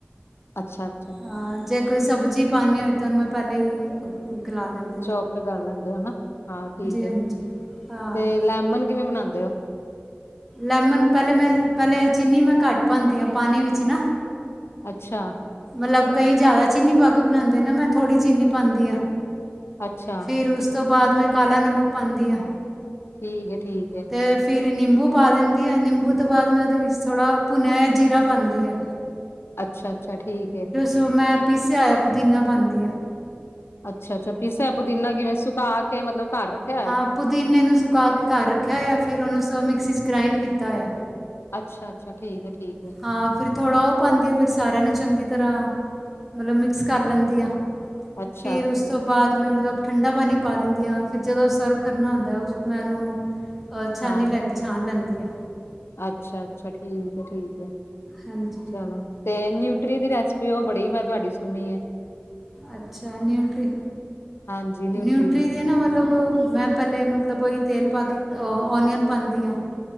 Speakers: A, on the left; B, in the centre.
A: ਅੱਛਾ-ਅੱਛਾ।
B: ਹਾ ਜੇ ਕੋਈ ਸਬਜ਼ੀ ਪਉਣੀ ਹੋਏ ਤਾਂ ਉਹਨੂੰ ਮੈਂ ਪਹਿਲਾਂ ਗਲਾ ਲੈਂਦੀ ਹਾ।
A: ਸ਼ੋਫਟ ਕਰ ਲੈਂਦੇ ਹੋ ਹਨਾ, ਹਾਂ ਠੀਕ ਹੈ
B: ਹਾਂਜੀ ਹਾਂ
A: ਤੇ ਲੈਮਨ ਕਿਵੇਂ ਬਣਾਦੇ ਓ? <inaudible>
B: ਲੈਮਨ ਪਹਿਲੇ ਮੈਂ ਪਹਿਲੇ ਚੀਨੀ ਮੈਂ ਘੱਟ ਪਾਉਦੀ ਆ ਪਾਣੀ ਵਿੱਚ ਨਾ।
A: ਅੱਛਾ।
B: ਮਤਲਬ ਕਈ ਜ਼ਿਆਦਾ ਚੀਨੀ ਪਾ ਕੇ ਬਣਾਉਂਦੇ ਨਾ ਮੈਂ ਥੋੜੀ ਚੀਨੀ ਪਾਂਦੀ ਆ।
A: ਅੱਛਾ।
B: ਫਿਰ ਉਸ ਤੋਂ ਬਾਅਦ ਮੈਂ ਕਾਲਾ ਨਮਕ ਪਾਂਦੀ‌‌ ਆ।
A: ਠੀਕ ਏ- ਠੀਕ ਏ।
B: ਤੇ ਫਿਰ ਨਿੰਬੂ ਪਾ ਦਿੰਦੀ ਆ ਨਿੰਬੂ ਤੋਂ ਬਾਅਦ ਮੈਂ ਉਹਦੇ ਵਿੱਚ ਥੋੜਾ ਭੁੰਨਿਆ ਹੋਇਆ ਜੀਰਾ ਪਾਂਉਦੀ ਆ।
A: ਅੱਛਾ-ਅੱਛਾ ਠੀਕ ਏ।
B: ਫੇਰ ਮੈ ਪੀਸਿਆ ਹੋਇਆ ਪੁਦੀਨਾ ਪਾਂਦੀ ਆ।
A: ਅੱਛਾ- ਅੱਛਾ ਪੀਸਾ ਹੋਇਆ ਪੁਦੀਨਾ ਕਿਵੇਂ ਸੁਕਾ ਕੇ ਮਤਲਬ ਘਰ ਰੱਖਿਆ ਹੋਇਆ।
B: ਹਾਂ ਪੁਦੀਨੇ ਨੂੰ ਸੁਕਾ ਕੇ ਘਰ ਰੱਖਿਆ ਹੋਇਆ ਫਿਰ ਉਹਨੂੰ ਸ ਮਿਕਸੀ 'ਚ ਗ੍ਰਇੰਡ ਕੀਤਾ ਹੋਇਆ।
A: ਅੱਛਾ-ਅੱਛਾ ਠੀਕ ਏ- ਠੀਕ ਏ।
B: ਹਾਂ ਫਿਰ ਥੋੜਾ ਉਹ ਪਾਉਂਦੀ ਆ ਫਿਰ ਸਾਰਿਆਂ ਨੂੰ ਚੰਗੀ ਤਰਾਂ ਮਤਲਬ ਮਿਕਸ ਕਰ ਲੈਂਦੀ ਆ
A: ਅੱਛਾ-ਅੱਛਾ
B: ਫਿਰ ਉਸ ਉਸ ਤੋਂ ਬਾਅਦ ਮੈਂ ਮਤਲਬ ਠੰਡਾ ਪਾਣੀ ਪਾ ਦਿੰਦੀ ਆ ਫਿਰ ਜਦੋਂ ਸਰਵ ਕਰਨਾ ਹੁੰਦਾ ਉਸ ਮੈਂ ਉਹਨੂੰ ਤੇ ਛਾਨੀ
A: ਹਾਂ,
B: ਲੈ ਕੇ ਛਾਨ ਬਂੰਦੀ ਐ।
A: ਅੱਛਾ-ਅੱਛਾ ਠੀਕ ਏ- ਠੀਕ ਏ
B: ਹਾਂਜੀ
A: ਚਲੋ। ਤੇ ਨਿਊਟਰੀ ਦੀ ਰੈਸਿਪੀ ਉਹ ਬੜੀ ਮੈਂ ਤੁਹਾਡੀ ਸੁਣੀ ਏ।
B: ਅੱਛਾ ਨਿਊਟਰੀ
A: ਹਾਂਜੀ
B: ਨਿਊਟਰੀ
A: ਦੀ
B: ਦੇ ਨਾ ਮਤਲਬ ਮੈਂ ਪਹਿਲੇ ਮਤਲਬ ਉਹ ਤੇਲ ਪਾ ਕੇ ਓਨੀਅਨ ਪਾਉਂਦੀ ਆ।